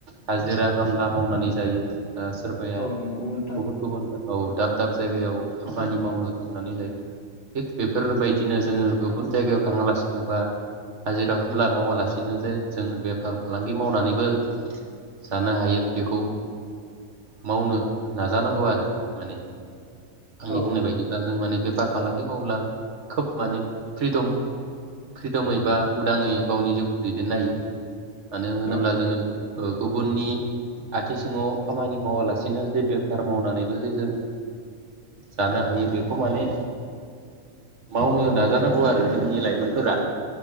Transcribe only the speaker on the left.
औ नंगौ नोंथां
औ
औ